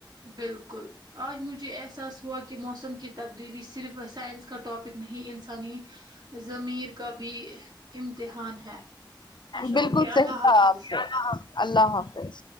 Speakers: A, on the right; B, on the left.
A: بالکل آج مجھے احساس ہوا کہ موسم کی تبدیلی صرف سائنس کا ٹاپک نہیں انسانی ضمیر کا بھی امتحان ہے اچھا
B: بالکل
A: اوکے
B: صحیح
A: اللہ
B: کہا
A: حافظ
B: آپ نے اللہ حافظ